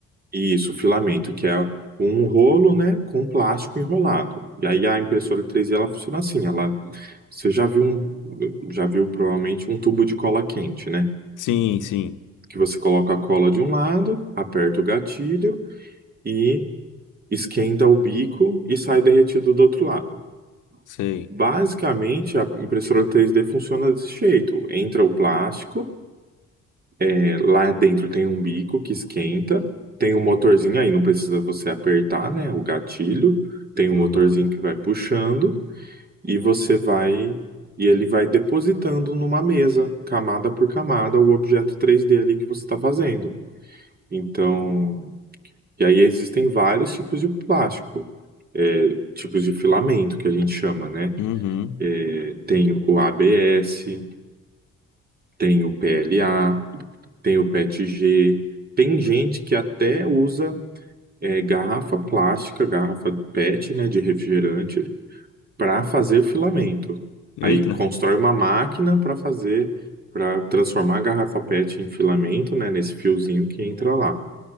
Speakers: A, on the right; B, on the left.
A: isso, filamento, que é um rolo, né, com plástico enrolado. E aí a impressora 3D ela funciona assim, ela você já viu um, já viu provavelmente um tubo de cola quente, né?
B: Sim, sim,
A: Que você coloca a cola de um lado, aperta o gatilho e esquenta o bico e sai derretido do outro lado.
B: sei.
A: Basicamente, a impressora 3D funciona desse jeito. Entra o plástico É, Lá dentro tem um bico que esquenta, tem um motorzinho aí, não precisa você apertar, né, o gatilho. Tem
B: Uhum.
A: um motorzinho que vai puxando e você vai e ele vai depositando numa mesa, camada por camada, o objeto 3D ali que você está fazendo. Então, e aí existem vários tipos de plástico, é, tipos de filamento que a gente chama, né?
B: Uhum.
A: É, tem o ABS, tem o PLA, tem o PETG, tem gente que até usa é, garrafa plástica, garrafa PET, né, de refrigerante, para fazer filamento.
B: Eita,
A: Aí constrói uma máquina para fazer, para transformar a garrafa PET em filamento, né, nesse fiozinho que entra lá.